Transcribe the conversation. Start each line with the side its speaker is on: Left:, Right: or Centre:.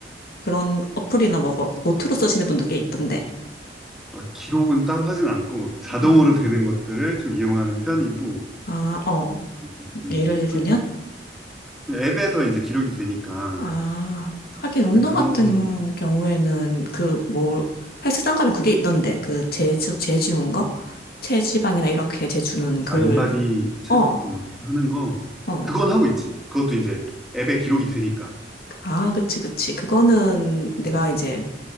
Left: 그런 어플이나 뭐 노트로 쓰시는 분도 꽤 있던데.
Centre: 막 기록은 따로 하진 않고 자동으로
Left: 음.
Centre: 되는 것들을 좀 이용하는 편이고
Left: 아, 어.
Centre: 음, 음,
Left: 예를 들면?
Centre: 편- 앱에서 이제 기록이 되니까
Left: 아, 하긴 운동
Centre: 이제 그런
Left: 같은
Centre: 거
Left: 경우에는 그 뭐 헬스장 가면 그게 있던데 그 재주 재주는 거 체지방이나 이렇게 재주는 그걸
Centre: 아, 인바디 채-
Left: 어,
Centre: 어, 하는 거
Left: 어.
Centre: 그건 하고 있지. 그것도 이제 앱에 기록이 되니까
Left: 아, 그치, 그치. 그거는 내가 이제